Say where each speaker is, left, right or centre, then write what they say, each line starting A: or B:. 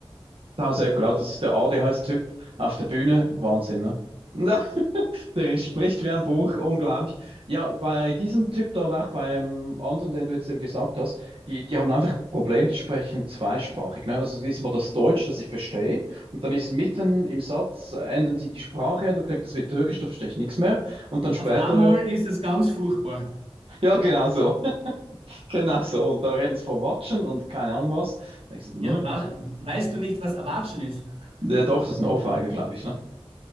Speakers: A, on the right; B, on the right.
A: Klaus Eckler, das ist der ADHS-Typ auf der Bühne. Wahnsinn, ne? <laughs> Der spricht wie ein Buch, unglaublich. Ja, bei diesem Typ da und auch beim anderen, den du jetzt eben gesagt hast, die, die haben einfach ein Problem, die sprechen zweisprachig. Ne? Also es ist mal das Deutsch, das ich verstehe, und dann ist mitten im Satz, äh, ändern sie die Sprache und dann klingt das wie Türkisch, da verstehe ich nichts mehr. Und dann später,
B: Auf einmal ist es ganz furchtbar.
A: <laughs> ja, genau so, <laughs> genau so. Und da reden sie von Watschen und keine Ahnung was. Da denk ich so, hm.
B: Ja, wa weißt du nicht, was Erwatschen ist? <laughs>
A: Ja, doch, das ist eine Ohrfeige, glaube ich. Ne?